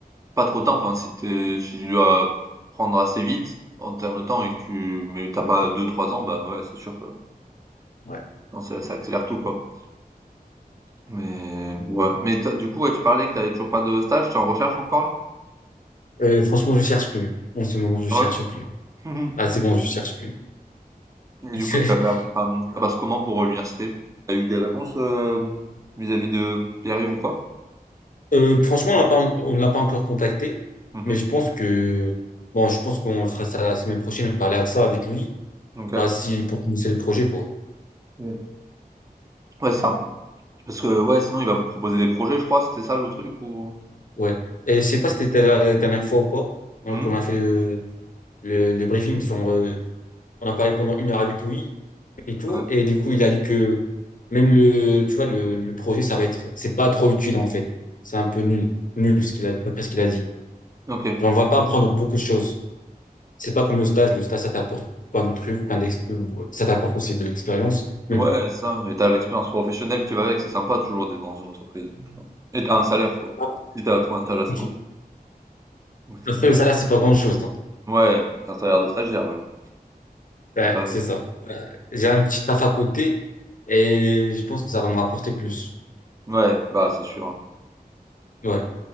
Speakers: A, on the right; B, on the left.
A: pas trop de temps, enfin, si tu si tu dois prendre assez vite en termes de temps et que tu mais tu pas deux trois ans, bah, ouais, c'est sûr que
B: Ouais.
A: non, ça ça accélère tout, quoi. Mais mais ouais. Mais tu du coup, ouais, tu parlais que t'avais toujours pas de stage, t'es en recherche encore, là?
B: Euh, franchement, je cherche plus. En ce moment, je cherche
A: Ouais.
B: plus.
A: <laughs> Mmh
B: Ah, c'est bon, je cherche plus.
A: Et
B: <laughs>
A: du coup, tu vas faire, hem, ça passe comment pour, heu, l'université? T'as eu des réponses, hem, vis-à-vis de Pierre-Yves ou quoi?
B: Euh, franchement, on l'a pas, on ne l'a pas encore contacté,
A: Mmh
B: mais
A: mh.
B: je pense que, bon, je pense qu'on fera ça la semaine prochaine, parler de ça avec lui,
A: OK.
B: bah, si, pour commencer le projet, quoi.
A: Mmh. Ouais, c'est ça. Parce que ouais, sinon il va vous proposer des projets, je crois, c'était ça le truc ou?
B: Ouais. Et je sais pas si c'était la, la dernière fois ou pas, on-
A: Hmm.
B: qu'on a fait le, le, le briefing, sur, euh, on a parlé pendant une heure avec lui et tout,
A: Ouais.
B: et du coup, il a dit que même le, tu vois, le, le projet, ça va être, c'est pas trop utile, en fait. C'est un peu nul, nul, ce qu'il a, d'après ce qu'il a dit.
A: OK.
B: Genre, on va pas apprendre beaucoup de choses. C'est pas comme le stage. Le stage, ça t'apporte plein de trucs, plein d'expériences. Ça t'apporte aussi de l'expérience.
A: Ouais,
B: Mais bon.
A: ça, et t'as l'expérience professionnelle qui va avec, c'est sympa toujours d'être dans une entreprise donc, heu et t'as un salaire quoi.
B: Ah,
A: Si t'as as trouvé un stage assez
B: ok.
A: long. Donc c'est
B: Parce que le salaire, c'est pas grand-chose. hein.
A: ouais, c'est un salaire de stagiaire mais bon,
B: Ouais,
A: on fait avec.
B: c'est ça. Ouais. J'ai un petit taf à côté et je pense que ça va me rapporter plus.
A: Ouais, bah, c'est sûr, hein.
B: Ouais.